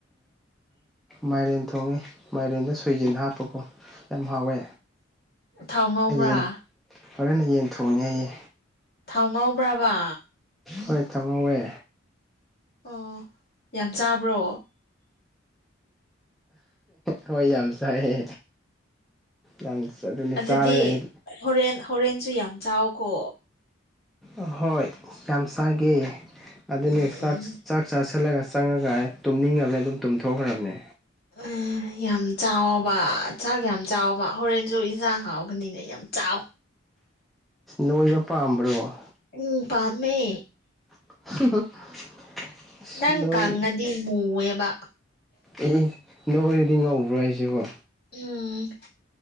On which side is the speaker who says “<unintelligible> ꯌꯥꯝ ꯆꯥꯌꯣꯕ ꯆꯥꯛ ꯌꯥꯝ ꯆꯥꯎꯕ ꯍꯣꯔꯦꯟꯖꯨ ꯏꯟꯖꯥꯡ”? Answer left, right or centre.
Left